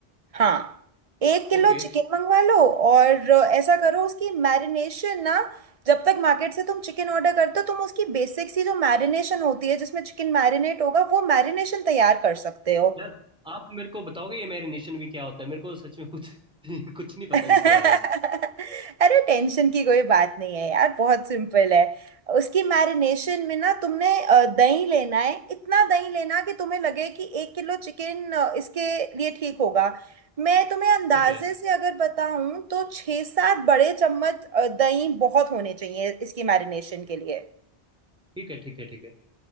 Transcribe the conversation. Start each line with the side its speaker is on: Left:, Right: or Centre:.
Right: हाँ एक किलो
Centre: ओके
Right: चिकन मंगवा लो और अ, ऐसा करो उसकी मैरिनेशन ना जब तक मार्केट से तुम चिकन ऑर्डर करते हो तुम उसकी बेसिक सी जो मैरिनेशन होती है जिसमें चिकन मैरिनेट होगा वो मैरिनेशन तैयार कर सकते हो
Centre: यार आप मेरे को बताओगे ये मैरिनेशन भी क्या होता है मेरे को सच में कुछ <laughs> कुछ नहीं पता
Right: अरे
Centre: इसके बारे में
Right: टेंशन की कोई बात नहीं है यार बहुत सिंपल है उसकी मैरिनेशन में ना तुमने अ, दही लेना है इतना दही लेना कि तुम्हें लगे कि एक किलो चिकन अ, इसके लिए ठीक होगा मैं तुम्हें अंदाजे
Centre: ठीक है
Right: से अगर बताऊं तो छः सात बड़े चम्मच अ, दही बहुत होने चाहिए इसकी मैरिनेशन के लिए
Centre: ठीक है ठीक है ठीक है